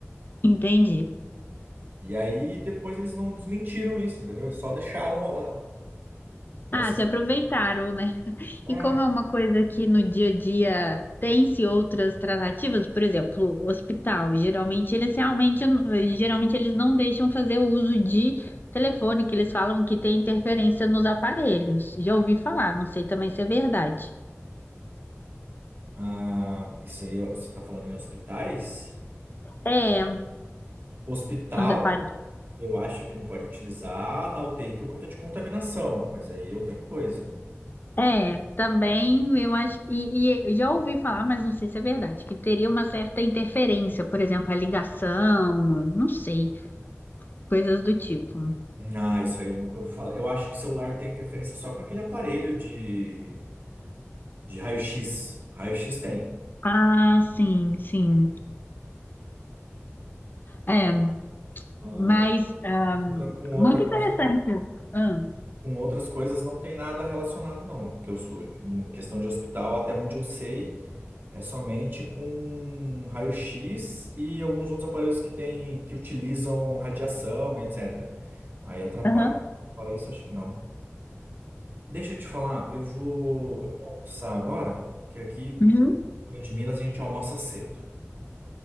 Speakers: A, on the left; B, on the right.
A: entendi.
B: E aí depois eles não desmentiram isso, entendeu? Eles só deixaram rolar. Mas
A: Ah, se aproveitaram, né?
B: é,
A: E como é uma coisa que no dia a dia tem-se outras tratativas, por exemplo, hospital, geralmente eles realmente, geralmente eles não deixam fazer o uso de telefone, que eles falam que tem interferência nos aparelhos. Já ouvi falar, não sei também se é verdade.
B: ah, isso aí ó, você tá falando em hospitais?
A: É,
B: Hospital,
A: os aparelhos.
B: eu acho que não pode utilizar na UTI por conta de contaminação, mas aí é outra coisa.
A: É, também eu acho, e, e eu já ouvi falar, mas não sei se é verdade, que teria uma certa interferência, por exemplo, a ligação, não sei, coisas do tipo.
B: Ah, isso aí eu nunca ouvi falar. Eu acho que o celular tem interferência só com aquele aparelho de, de raio-x. Raio-x tem.
A: Ah, sim, sim. É.
B: Ah,
A: Mas ahm,
B: outra, com outra
A: muito interessante.
B: coisa,
A: Ah,
B: com outras coisas não tem nada relacionado, não. Que eu, sou- em questão de hospital, até onde eu sei, é somente com raio-x e alguns outros aparelhos que tem, que utilizam radiação, etc. Aí atrapalha.
A: aham.
B: Fora isso, acho que não. Deixa eu te falar, eu vou, eu vou almoçar agora, que aqui,
A: Uhum.
B: pô, fora de Minas, a gente almoça cedo.